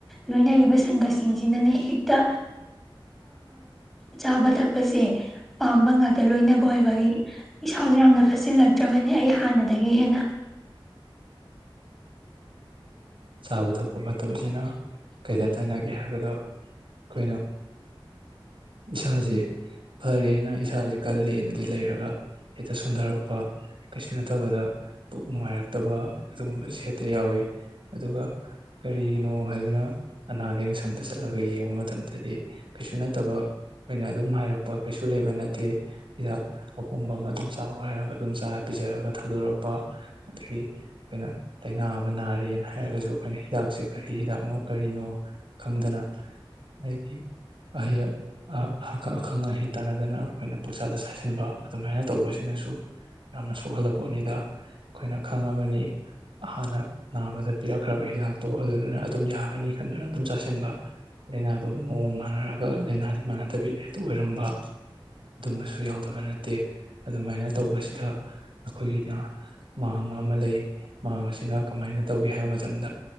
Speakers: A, in the centre; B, on the right (about 65°).
A: ꯂꯣꯏꯅꯔꯤꯕ ꯁꯟꯒꯁꯤꯡꯁꯤꯅꯅꯦ ꯍꯦꯛꯇ ꯆꯥꯕ ꯊꯛꯄ ꯄꯁꯦ ꯄꯥꯝꯕ ꯉꯥꯛꯇ ꯂꯣꯏꯅꯕ ꯑꯣꯏꯕꯒꯤ ꯏꯁꯥꯁꯨ ꯌꯥꯝꯅ ꯐꯆꯜꯂꯛꯇ꯭ꯔꯕꯅꯤ ꯑꯩ ꯍꯥꯟꯅꯗꯒꯤ ꯍꯦꯟꯅ
B: ꯆꯥꯕ ꯊꯛꯄ ꯐꯠꯇꯕꯁꯤꯅ ꯀꯩꯗ ꯇꯥꯏꯅꯒꯦ ꯍꯥꯏꯕꯗ ꯑꯩꯈꯣꯏꯅ ꯏꯁꯥꯁꯦ ꯐꯔꯦꯅ ꯏꯁꯥꯁꯦ ꯀꯜꯂꯦꯅꯗꯤ ꯂꯩꯔꯒ ꯍꯦꯛꯇ ꯁꯣꯟꯊꯔꯛꯄ ꯀꯩꯁꯨ ꯅꯠꯇꯕꯗ ꯄꯨꯛ ꯅꯨꯡꯉꯥꯏꯔꯛꯇꯕ ꯑꯗꯨꯒꯨꯝꯕ ꯁꯦꯠꯇ ꯌꯥꯎꯏꯤ ꯑꯗꯨꯒ ꯀꯔꯤꯒꯤꯅꯣ ꯍꯥꯏꯗꯨꯅ ꯑꯅꯥ ꯂꯥꯏꯌꯦꯡ ꯁꯪꯗ ꯆꯠꯂꯒ ꯌꯦꯡꯕ ꯃꯇꯝꯗꯗꯤ ꯀꯩꯁꯨ ꯅꯠꯇꯕ ꯑꯣꯏꯅ ꯑꯗꯨꯝ ꯍꯥꯏꯔꯛꯄ ꯀꯩꯁꯨ ꯂꯩꯕ ꯅꯠꯇꯦ ꯍꯤꯗꯥꯛ ꯑꯍꯣꯡꯕ ꯑꯃ ꯑꯗꯨꯝ ꯆꯥ ꯍꯔꯒ ꯑꯗꯨꯝ ꯆꯥꯔ ꯄꯤꯖꯔꯒ ꯊꯥꯗꯣꯔꯛꯄ ꯑꯗꯒꯤ ꯑꯩꯈꯣꯏꯅ ꯇꯥꯏꯅꯥ ꯑꯃ ꯅꯥꯔꯦꯅ ꯍꯥꯏꯔꯒꯁꯨ ꯑꯩꯈꯣꯏꯅ ꯍꯤꯗꯥꯛꯁꯦ ꯀꯔꯤ ꯍꯤꯗꯥꯛꯅꯣ ꯀꯔꯤꯅꯣ ꯈꯪꯗꯅ ꯑꯩꯗꯤ ꯑꯍꯌꯥ ꯑꯀꯛ ꯑꯈꯪ ꯑꯍꯩ ꯇꯥꯟꯅꯗꯅ ꯑꯩꯈꯣꯏꯅ ꯄꯣꯠꯁꯥꯗ ꯆꯥꯁꯤꯟꯕ ꯑꯗꯨꯃꯥꯏꯅ ꯇꯧꯕꯁꯤꯅꯁꯨ ꯌꯥꯝꯅ ꯁꯣꯛꯍꯜꯂꯄꯣꯠꯅꯤꯗ ꯑꯩꯈꯣꯏꯅ ꯈꯪꯉꯕꯅꯤ ꯍꯥꯟꯅ ꯅꯥꯕꯗ ꯄꯤꯔꯛꯈ꯭ꯔꯕ ꯍꯤꯗꯥꯛꯇꯣ ꯑꯗꯨꯗꯨꯅ ꯑꯗꯨꯝ ꯌꯥꯒꯅꯤ ꯈꯟꯗꯨꯅ ꯑꯗꯨꯝ ꯆꯥꯁꯤꯟꯕ ꯂꯥꯏꯅꯥꯗꯨ ꯃꯑꯣꯡ ꯃꯥꯟꯅꯔꯒ ꯂꯥꯏꯅꯥꯗꯤ ꯃꯥꯟꯅꯗꯕꯤ ꯍꯦꯛꯇꯥ ꯑꯣꯏꯔꯝꯕ ꯑꯗꯨꯝꯕꯁꯨ ꯌꯥꯎꯗꯕ ꯅꯠꯇꯦ ꯑꯗꯨꯃꯥꯏꯅ ꯇꯧꯕꯁꯤꯗ ꯑꯩꯈꯣꯏꯒꯤꯗ ꯃꯃꯥ ꯑꯃ ꯂꯩ ꯃꯃꯥ ꯑꯁꯤꯅ ꯀꯃꯥꯏꯅ ꯇꯧꯒꯦ ꯍꯥꯏꯕ ꯃꯇꯝꯗ